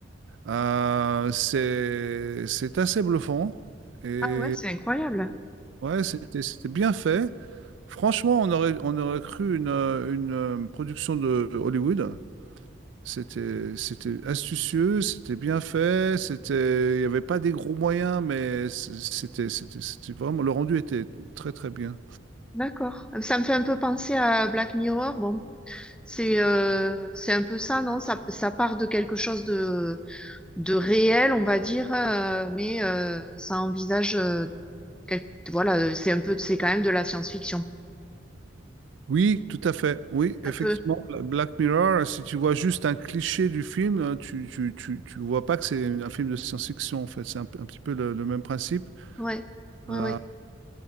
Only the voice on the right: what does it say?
Euh, c'est, c'est assez bluffant. Et
ouais, c'était, c'était bien fait. Franchement, on aurait, on aurait cru une, euh, une, euh, production de de Hollywood. C'était, c'était astucieux, c'était bien fait, c'était, il n'y avait pas des gros moyens, mais c- c'était, c'était, c'était vraiment, le rendu était très, très bien.
Oui, tout à fait. Oui, effectivement,
Bla- Black Mirror, si tu vois juste un cliché du film, euh, tu, tu, tu, tu vois pas que c'est un film de science-fiction, en fait. C'est un, un petit peu le, le même principe.
Euh,